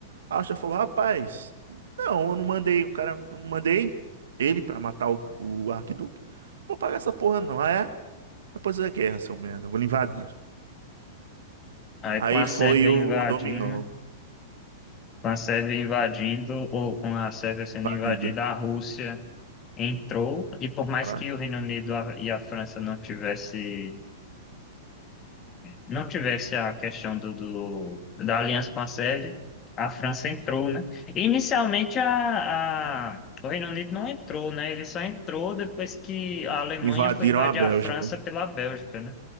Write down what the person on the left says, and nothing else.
Aí
com a Sérvia
invadindo,
com a Sérvia invadindo, ou com a Sérvia sendo
invadida, a Rússia entrou, e por mais
que o Reino Unido a- e a França não tivessem não tivesse a questão do, do- da aliança com a Sérvia, a França entrou, né? Inicialmente a, a- o Reino Unido não entrou, né? Ele só entrou depois que a Alemanha
foi invadir
a França pela Bélgica, né?